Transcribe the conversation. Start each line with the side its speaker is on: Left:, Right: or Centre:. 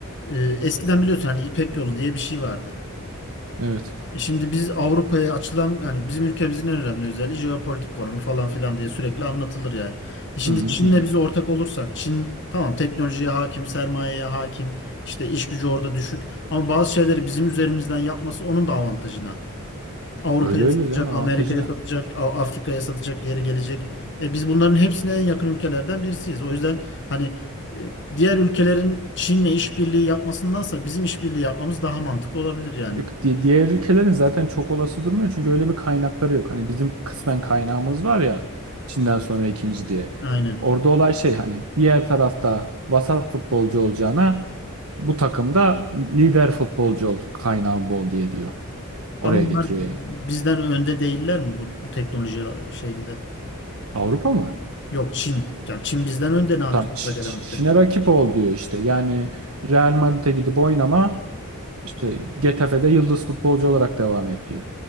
Left: Ee, eskiden biliyorsun hani İpek Yolu diye bir şey vardı.
Right: Evet.
Left: E şimdi biz Avrupa'ya açılan hani bizim ülkemizin en önemli özelliği jeopolitik konumu falan filan diye sürekli anlatılır yani. E şimdi
Right: Hı hı
Left: Çin'le
Right: hı. hı.
Left: biz ortak olursak Çin tamam teknolojiye hakim, sermayeye hakim, işte iş gücü orada düşük ama bazı şeyleri bizim üzerimizden yapması onun da avantajına. Avrupa'ya
Right: Öyle öyle
Left: satacak,
Right: canım avantajı
Left: Amerika'ya
Right: ne?
Left: satacak, A- Afrika'ya satacak, geri gelecek. E biz bunların hepsine en yakın ülkelerden birisiyiz. O yüzden hani e, diğer ülkelerin Çin'le işbirliği yapmasındansa bizim işbirliği yapmamız daha mantıklı olabilir yani.
Right: Yok di- diğer ülkelerin zaten çok olası durmuyor çünkü öyle bir kaynakları yok. Hani bizim kısmen kaynağımız var ya Çin'den sonra ikinci diye.
Left: Aynen.
Right: Orada olay şey hani diğer tarafta vasat futbolcu olacağına bu takımda lider futbolcu ol kaynağın bol diye diyor. Oraya
Left: Ama bunlar
Right: getiriyor yani.
Left: bizden önde değiller mi bu, bu teknoloji şeyinde?
Right: Avrupa mı?
Left: Yok Çin. Yani Çin bizden önde nadir
Right: Tam
Left: toprak
Right: Ç-
Left: elementleri.
Right: Ç- Çin'e
Left: konu-
Right: rakip ol diyor işte. Yani Real Madrid'e gidip oynama işte Getafe'de yıldız futbolcu olarak devam et diyor.